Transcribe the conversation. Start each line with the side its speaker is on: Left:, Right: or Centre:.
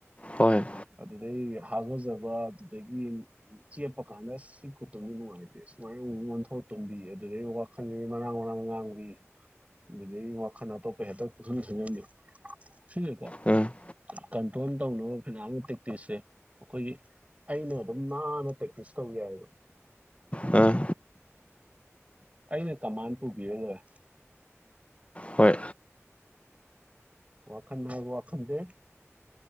Left: ꯍꯣꯏ
Right: ꯑꯗꯨꯗꯩ ꯍꯒꯖꯕ ꯑꯗꯨꯗꯒꯤ ꯎꯝ ꯆꯦꯞꯄ ꯀꯥꯟꯗ ꯁꯤ ꯈꯨꯇꯨꯝꯖꯤ ꯅꯨꯡꯉꯥꯏꯇꯦ ꯁꯨꯃꯥꯏ ꯃꯨꯛ ꯑꯣꯟꯊꯣꯛ ꯇꯨꯝꯕꯤ ꯑꯗꯨꯗꯩ ꯋꯥꯈꯜꯖ ꯃꯔꯥꯡ ꯃꯔꯥꯡ ꯂꯥꯡꯕꯤ ꯑꯗꯨꯗꯩ ꯋꯥꯈꯜ ꯑꯇꯣꯞꯄ ꯍꯦꯛꯇ ꯄꯨꯈꯟ ꯈꯟꯖꯟꯕꯤ ꯁꯤꯖꯦꯀꯣ
Left: ꯎꯝ
Right: ꯀꯟꯇ꯭ꯔꯣꯜ ꯇꯧꯅꯕ ꯐꯅꯥꯝ ꯇꯦꯛꯇꯤꯁ ꯁꯦ ꯑꯈꯣꯏꯒꯤ ꯑꯩꯅ ꯑꯗꯨꯝ ꯅꯥꯟꯅ ꯄ꯭ꯔꯦꯛꯇꯤꯁ ꯇꯧ ꯌꯥꯏꯕ꯫
Left: ꯑ
Right: ꯑꯩꯅ ꯀꯃꯥꯟ ꯄꯨꯕꯤꯔ ꯂꯣꯏꯔꯦ
Left: ꯍꯣꯏ
Right: ꯋꯥꯈꯟ ꯍꯥꯏꯕ ꯋꯥꯈꯟꯗꯦ